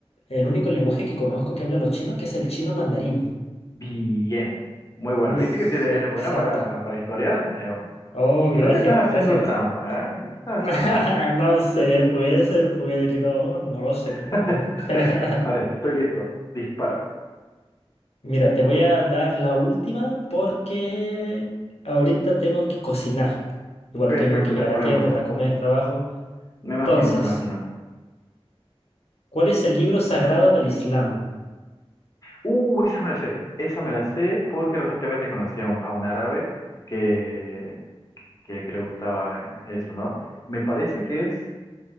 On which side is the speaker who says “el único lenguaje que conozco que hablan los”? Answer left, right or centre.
Left